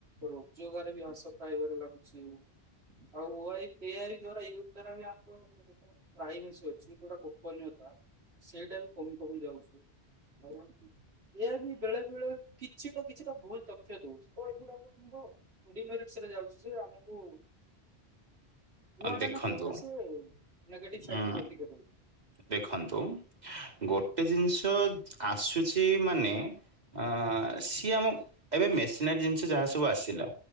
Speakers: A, on the right; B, on the right.
A: ରୋଜଗାର ବି ହାସ ପାଇବାରେ ଲାଗୁଛି। ଆଉ ଓଆଇ ଏଆଇ ଦ୍ଵାରା ଇୟୁଜ୍ କରା ଆପଣ <unintelligible> ପାଇମ୍ ଅଛି ଜଉଟାକୋ, ଗୋନୀୟତା ସେଇଟା ବି କମି କମି ଯାଉଛୁଉ <unintelligible> ଏହା ବି ବେଳେ ବେଳେ କିଛି ତ କିଛି ତ ଭୁଲ ତକ୍ଷ୍ୟ ଦଉଛି। ଆଉ ଏଗୁଳାକ କୁହ ଡିମେଟରେ ଯାଉଛି ଯେ ଆମକୁ, କୁଆଡ଼େ
B: ଉଁ ଦେଖନ୍ତୁ
A: ନା କୁଆଊଡେ ସେ ନେଗେଟିଭ ସାଇଡରେ
B: ଉଁ
A: ଗତି କରୁଛି,
B: ଦେଖନ୍ତୁ ଗୋଟେ ଜିନିଷ ଆସୁଛି ମାନେ, ଆ ସିଏ ଆମ ଏବେ ମେସିନାରୀ ଜିନିଷ ଯାହା ସବୁ ଆସିଲା,